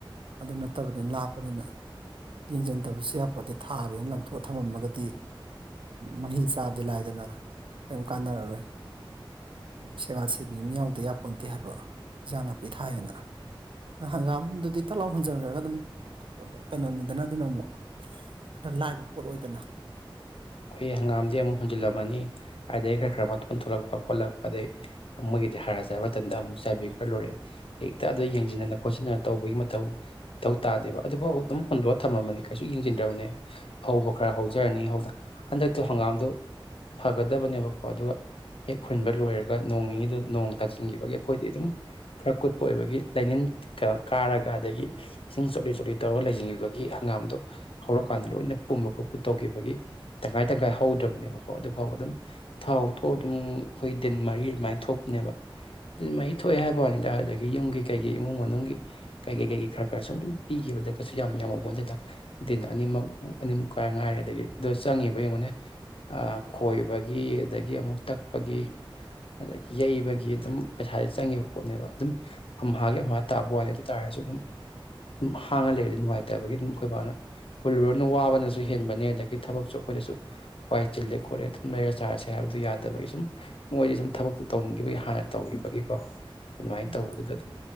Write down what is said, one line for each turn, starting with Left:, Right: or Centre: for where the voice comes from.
Right: ꯑꯗꯨ ꯅꯠꯇꯕꯅꯤꯅ ꯂꯥꯞꯄꯅꯤꯅ ꯌꯦꯡꯁꯤꯟꯗꯕꯁꯨ ꯌꯥ ꯍꯥꯏꯄꯣꯠꯇꯗꯤ ꯊꯥꯔꯦꯅ ꯂꯪꯊꯣꯛꯑ ꯊꯝꯃꯝꯃꯒꯗꯤ ꯃꯍꯩ ꯆꯥꯕꯗꯤ ꯂꯥꯏꯗꯅ ꯀꯩꯝ ꯀꯥꯟꯅꯔꯔꯣꯏ ꯁꯦꯕꯥ ꯁꯦꯕꯤ ꯃꯤ ꯌꯥꯎꯗ ꯌꯥꯄꯣꯟꯇꯦ ꯍꯥꯏꯕ ꯏꯟꯖꯥꯡ ꯅꯥꯄꯤ ꯊꯥꯏꯌꯦꯅ꯫ ꯍꯒꯥꯡ ꯑꯗꯨꯗꯤ ꯇ ꯂꯥꯎ꯫ ꯍꯣꯟꯖꯔꯒ ꯑꯗꯨꯝ ꯀꯩꯅꯣꯅꯤꯗꯅ ꯑꯗꯨꯅ ꯑꯃꯨꯛ ꯈꯔ ꯂꯥꯏꯕ ꯄꯣꯠ ꯑꯣꯏꯗꯅ
Left: ꯍꯦ ꯍꯪꯒꯥꯝꯗꯤ ꯑꯃꯨꯛ ꯍꯨꯟꯖꯤꯜꯂꯝꯃꯅꯤ ꯑꯗꯩ ꯈꯔ ꯈꯔ ꯃꯇꯣꯟ ꯊꯣꯛꯂꯛꯄ ꯈꯣꯠꯂꯛꯄ ꯑꯗꯩ ꯃꯣꯏꯒꯤꯗꯤ ꯍꯥꯔ ꯆꯥꯏꯕ ꯃꯇꯝꯗ ꯑꯃꯨꯛ ꯆꯥꯏꯕꯤ ꯒꯔꯥ ꯂꯣꯏꯔꯦ ꯍꯦꯛꯇ ꯑꯗꯨ ꯌꯦꯡꯖꯟꯅ ꯈꯣꯁꯤꯟꯅ ꯇꯧꯕꯒꯤ ꯃꯊꯧ ꯃꯊꯧ ꯇꯥꯗꯦꯕ ꯑꯗꯨꯐꯥꯎ ꯑꯗꯨꯝ ꯍꯨꯟꯗꯣꯔꯑꯒ ꯊꯝꯃꯝꯕꯅꯤ ꯀꯩꯁꯨ ꯌꯦꯡꯁꯤꯟꯗ꯭ꯔꯕꯅꯦ ꯍꯧꯕ ꯈꯔ ꯍꯧꯖꯔꯅꯤ ꯍꯧꯖ ꯍꯟꯗꯛꯇꯣ ꯍꯪꯒꯥꯝꯗꯣ ꯐꯒꯗꯕꯅꯦꯕꯀꯣ ꯑꯗꯨꯒ ꯍꯦꯛ ꯈꯨꯨꯟꯕ ꯂꯣꯏꯔꯒ ꯅꯣꯡꯅꯤꯅꯤꯗꯨ ꯅꯣꯡ ꯇꯥꯁꯤꯟꯈꯤꯕꯒꯤ ꯑꯩꯈꯣꯏꯗꯤ ꯑꯗꯨꯝ ꯈꯔ ꯀꯨꯠꯄ ꯑꯣꯏꯕꯒꯤ ꯂꯩꯅꯤꯟ ꯀꯥꯔꯒ ꯑꯗꯒꯤ ꯏꯁꯤꯡ ꯆꯣꯠꯂꯤ ꯆꯣꯠꯂꯤ ꯇꯧꯔꯒ ꯂꯩ꯫ ꯆꯤꯡꯉꯤꯕꯒꯤ ꯍꯪꯒꯥꯝꯗꯣ ꯍꯧꯔꯛꯀꯥꯟꯗ ꯂꯣꯏꯅ ꯄꯨꯝꯕ ꯈꯣꯠꯄ ꯇꯧꯒꯤꯕꯒꯤ ꯇꯪꯈꯥꯏ ꯇꯪꯈꯥꯏ ꯍꯧꯗ꯭ꯔꯕꯅꯦꯕꯀꯣ ꯑꯗꯨꯐꯥꯎꯕ ꯑꯗꯨꯝ ꯊꯥꯎ ꯗꯣ ꯑꯗꯨꯝ ꯑꯩꯈꯣꯏ ꯗꯤꯟ ꯃꯔꯤ ꯑꯗꯨꯃꯥꯏꯅ ꯊꯣꯛꯄꯅꯦꯕ ꯗꯤꯟ ꯃꯔꯤ ꯊꯣꯛꯑꯦ ꯍꯥꯏꯕ ꯋꯥꯅꯤꯗ ꯑꯗꯨꯗꯒꯤ ꯌꯨꯝꯒꯤ ꯀꯩꯒꯤ ꯏꯃꯨꯡ ꯃꯅꯨꯡꯒꯤ ꯀꯩꯀꯩ ꯀꯩꯀꯩ ꯈꯔ ꯈꯔ ꯁꯨꯝ ꯄꯤꯈꯤꯕꯗ ꯀꯩꯁꯨ ꯌꯥꯝ ꯌꯥꯝꯍꯧꯄꯣꯟꯇꯦꯗ ꯗꯤꯟ ꯑꯅꯤꯃꯛ ꯑꯅꯤꯃꯨꯛ ꯀꯥꯏ ꯉꯥꯏꯔꯦ ꯑꯗꯒꯤ ꯆꯪꯉꯤꯕ ꯌꯦꯡꯉꯨꯅꯦ ꯈꯣꯏꯕꯒꯤ ꯑꯗꯒꯤ ꯑꯃꯨꯛ ꯇꯛꯄꯒꯤ ꯑꯗꯒꯤ ꯌꯩꯕꯒꯤ ꯑꯗꯨꯝ ꯄꯩꯁꯥꯗ ꯆꯪꯉꯤꯕ ꯄꯣꯠꯅꯦꯕ ꯑꯗꯨꯝ ꯑꯝ ꯍꯥꯒꯤ ꯑ ꯍꯥ ꯇꯥꯕ ꯋꯥꯅꯤ ꯑꯗꯨ ꯇꯥꯔꯁꯨ ꯑꯗꯨꯝꯝ ꯍꯥꯡꯉ ꯂꯩꯔꯗꯤ ꯅꯨꯡꯉꯥꯏꯇꯕꯒꯤ ꯑꯗꯨꯝ ꯑꯩꯈꯣꯏꯕꯥꯅ ꯍꯨꯜꯂꯨꯔꯅꯣ ꯋꯥꯕꯅꯁꯨ ꯍꯦꯟꯕꯅꯤ ꯑꯗꯒꯤ꯫ ꯊꯕꯛꯁꯨ ꯑꯩꯈꯣꯏꯗꯁꯨ ꯋꯥꯏ ꯆꯤꯜꯂꯦ ꯈꯣꯠꯂꯦ ꯑꯗꯨꯝ ꯂꯩꯔ ꯆꯥꯔꯁꯦ ꯍꯥꯏꯕꯗꯨ ꯌꯥꯗꯕꯒꯤ ꯁꯨꯝ ꯃꯣꯏꯗꯤ ꯁꯨꯝ ꯊꯕꯛ ꯇꯧꯅꯤꯡꯒꯤꯕ ꯍꯥꯟꯅ ꯇꯧꯈꯤꯕꯒꯤꯀꯣ ꯑꯗꯨꯃꯥꯏꯅ
Right: ꯎꯝ
Left: ꯇꯧꯕꯗꯨꯗ ꯑꯗꯨꯝ